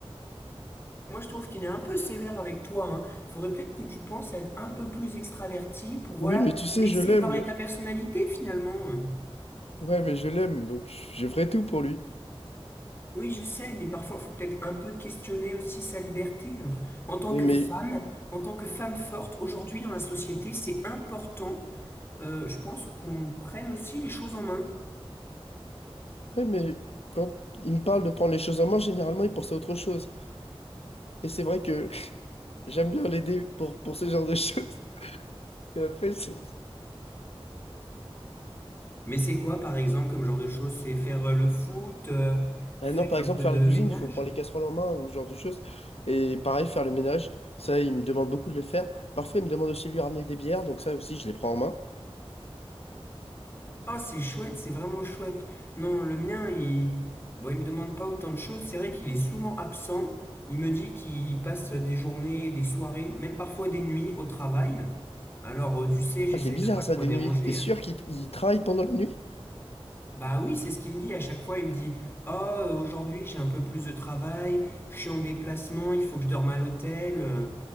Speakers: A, on the left; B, on the left.
A: Moi, je trouve qu'il est un peu sévère avec toi, hein. Il faudrait peut-être que tu penses à être un peu plus extraverti pour, voilà,
B: Oui, mais tu sais,
A: laisser
B: je l'aime.
A: parler ta personnalité, finalement. hein.
B: Ouais, mais je l'aime, donc je ferai tout pour lui.
A: Oui, je sais, mais parfois, il faut peut-être un peu questionner aussi sa liberté. euh. En tant
B: Oui,
A: que
B: mais
A: femme, en tant que femme forte, aujourd'hui dans la société, c'est important, euh, je pense, qu'on prenne aussi les choses en main.
B: ouais, mais quand il me parle de prendre les choses en main, généralement, il pense à autre chose. Et c'est vrai que <laughs> j'aime bien l'aider pour, pour ce genre de <laughs> choses. Et après, c'est
A: Mais c'est quoi, par exemple, comme genre de choses? C'est faire euh, le foot, euh,
B: Bah
A: faire
B: non, par exemple,
A: un peu
B: faire
A: de
B: la cuisine,
A: ménage?
B: il faut prendre les casseroles en main ou ce genre de choses. Et pareil, faire le ménage, ça, il me demande beaucoup de le faire. Parfois, il me demande aussi de lui ramener des bières, donc ça aussi, je les prends en main.
A: Ah, c'est chouette, c'est vraiment chouette. Non, le mien, il... Bon, il me demande pas autant de choses. C'est vrai qu'il est souvent absent. Il me dit qu'il passe des journées, des soirées, même parfois des nuits au travail. Alors, euh, tu sais, j'essaye
B: Ah, c'est bizarre
A: de pas
B: ça,
A: trop
B: des
A: le déranger.
B: nuits. T'es sûr
A: hein.
B: qu'il il travaille pendant la nuit?
A: Bah oui, c'est ce qu'il me dit. À chaque fois, il me dit, Oh, euh, aujourd'hui, j'ai un peu plus de travail, je suis en déplacement, il faut que je dorme à l'hôtel.